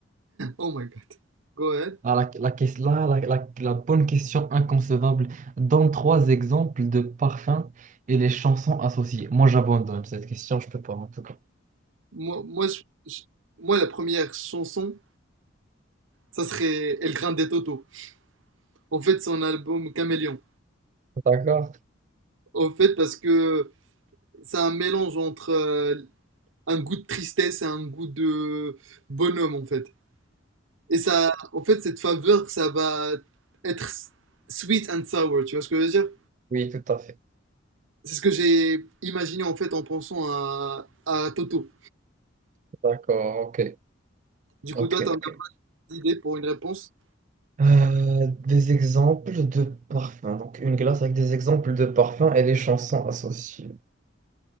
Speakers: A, on the right; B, on the right.
A: Oh my god. Go ahead.
B: Ah, la, la, ques- là, la, la- la bonne question inconcevable. Donne trois exemples de parfums et les chansons associées. Moi, j'abandonne cette question, je peux pas en tout cas.
A: Moi, moi, je- je- moi, la première chanson, ça serait El Grande Toto. En fait, son album Caméléon.
B: D'accord.
A: En fait, parce que c'est un mélange entre euh, un goût de tristesse et un goût de bonhomme, en fait. Et ça, en fait, cette faveur, ça va être s- sweet and sour, tu vois ce que je veux dire?
B: Oui, tout à fait.
A: C'est ce que j'ai imaginé, en fait, en pensant à, à Toto.
B: D'accord, ok.
A: Du
B: Ok,
A: coup, toi, t'as
B: ok.
A: une idée pour une réponse?
B: Euh, des exemples de parfums. Donc, une glace avec des exemples de parfums et les chansons associées.